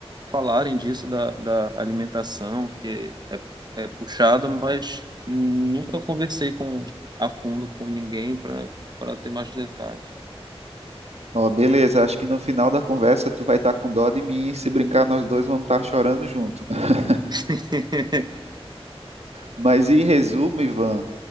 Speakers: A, on the right; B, on the right.
A: falarem disso da, da alimentação, que é, é puxado, mas nunca conversei com a fundo com ninguém para para ter mais detalhes.
B: Ó, beleza, acho que no final da conversa tu vai estar com dó de mim e se brincar nós dois vamos estar chorando junto. <laughs>
A: <laughs>
B: Mas em resumo, Ivan,